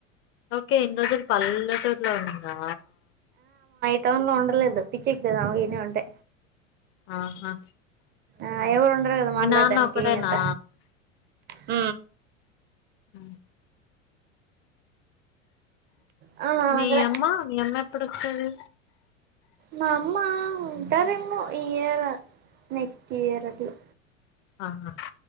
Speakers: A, on the left (about 30°); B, on the right (about 25°).
A: ఓకే ఇన్ని రోజులు పల్లెటూరులో ఉందా
B: టౌన్లో ఉండలేదు పిచ్చిఎక్కితది ఆమెకి ఈడనే ఉంటే
A: ఆహా
B: ఆ ఎవరు ఉండరు కదా
A: మీ
B: మాట్లాడడానికి
A: నాన్న ఒక్కడేనా
B: అంత హ
A: అ
B: ఆ నా
A: మీ
B: దగ్గరే
A: అమ్మ మీ అమ్మ ఎప్పుడుస్తది
B: మా అమ్మ ఉంటారేన్నో ఇయర్ నెక్స్ట్ ఇయర్ అట్లా
A: ఆహా